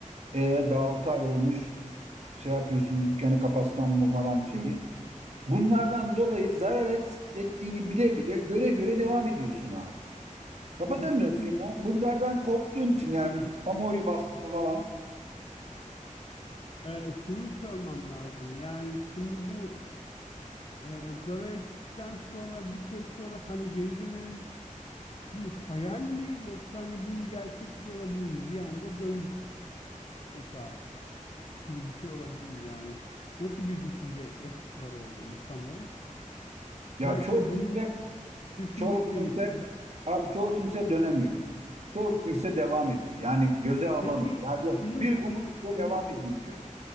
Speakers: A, on the right; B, on the left.
A: E daha 6 ay olmuş şey yapıyorsun dükkanı kapatsam mı falan şeyi. Bunlardan dolayı zarar et- ettiğini bile bile göre göre devam ediyorsun abi. Kapatamıyorsun
B: E, Peki
A: ya.
B: bu
A: Bunlardan korktuğun için yani
B: peki
A: kamuoyu baskısı falan.
B: Ee, şunu sormam lazım. Yani şimdi bu e, zarar ettikten sonra bir süre sonra hani geri dönerim bir hayal mi yoksa hani bunun bir gerçekliği olabilir mi? Bir anda döndük mesela gibi bir şey olabilir mi? Yani nasıl bir düşünce yapısı var orada insanların?
A: Ya
B: Belki
A: çoğu
B: de bunu
A: kimse
B: düş- düşünmek
A: çoğu
B: gerekiyor.
A: kimse
B: Ben-
A: abi çoğu kimse dönemiyor. Çoğu kimse devam ediyor. Yani göze alamıyor.
B: Peki
A: Ya diyor,
B: şunu
A: bir
B: şunu
A: umut diyor,
B: şunu
A: devam edeyim diyor.